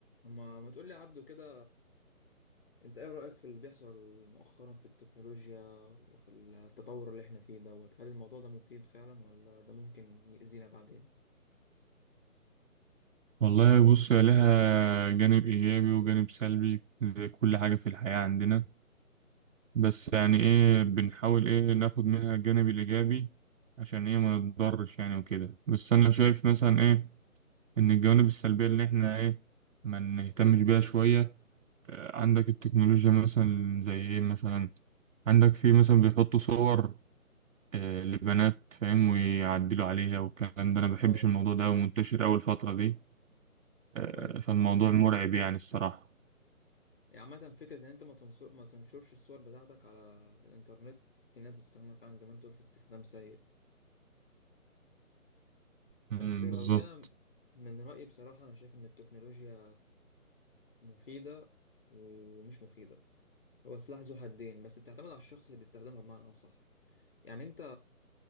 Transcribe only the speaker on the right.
والله بص هي لها جانب إيجابي وجانب سلبي زي كل حاجة في الحياة عندنا بس يعني إيه بنحاول إيه ناخد منها الجانب الإيجابي عشان إيه ما نتضرش يعني وكده بس أنا شايف مثلا إيه إن الجوانب السلبية اللي إحنا إيه ما نهتمش بيها شوية آه، عندك التكنولوجيا مثلا زي إيه مثلا عندك في مثلا بيحطوا صور آه، لبنات فاهم ويعدلوا عليها والكلام ده أنا مبحبش
الموضوع ده ومنتشر أول فترة دي آه،
فالموضوع مرعب يعني الصراحة
امم
بالظبط